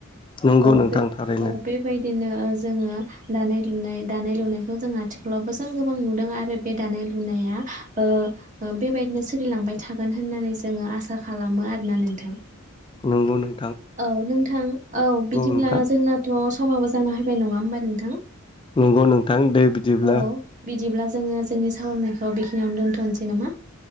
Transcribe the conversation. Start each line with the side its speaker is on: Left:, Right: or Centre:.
Left: नंगौ
Right: औ
Left: नोंथां
Right: बे
Left: थारैनो
Right: औ बेेबायाय बिदिनो जोङो दानाय लुनाय दानाय लुनायखौ जों आथिखालावबो जों गोबां नुदों आरो बे दानाय लुनाया ओ बेबायदिनो सोलिलांबाय थागोन होननानै जोङो आसा खालामो आरोना नोंथां
Left: नंगौ नों
Right: औ नोंथां औ बिदिब्ला
Left: नोंथां
Right: जोंनाथ समाबो जाना फैबाय नङा होमबा नोंथां
Left: नंगौ नोंथां दै बिदिब्ला
Right: औ बिदिब्ला जोङो जोंनि सावरायनायखौ बेखिनियावनो दोनथनोसै नामा